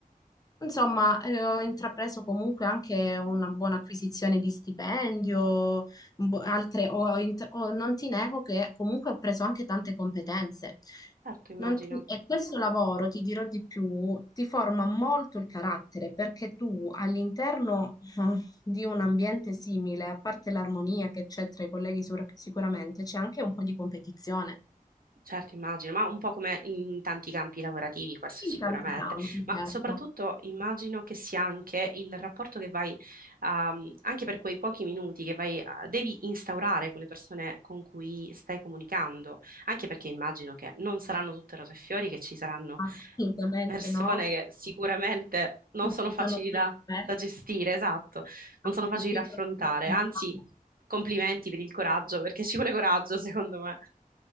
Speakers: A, on the left (about 25°); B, on the right (about 75°).
A: Insomma, eh, ho intrapreso comunque anche una buona acquisizione di stipendio, un po' altre, ho int- ho- non ti nego che comunque ho preso anche tante competenze.
B: Certo, immagino,
A: Non ti- e questo lavoro, ti dirò di più, ti forma molto il carattere perché tu all'interno eh, di un ambiente simile, a parte l'armonia che c'è tra i colleghi sur- sicuramente, c'è anche un po' di competizione.
B: certo, immagino, ma un po' come in tanti campi lavorativi, questo
A: In
B: sicuramente,
A: tanti campi,
B: ma
A: certo.
B: soprattutto immagino che sia anche il rapporto che vai, ehm, anche per quei pochi minuti che vai, a- devi instaurare con le persone con cui stai comunicando, anche perché immagino che non saranno tutte rose e fiori, che ci saranno
A: Assolutamente
B: persone
A: no.
B: che sicuramente non sono
A: buttano
B: facili
A: giù
B: da,
A: le
B: da gestire, esatto,
A: offerte,
B: non sono facili
A: ti chiudono
B: da affrontare,
A: le telefonate.
B: anzi, complimenti per il coraggio, perché ci vuole coraggio, secondo me.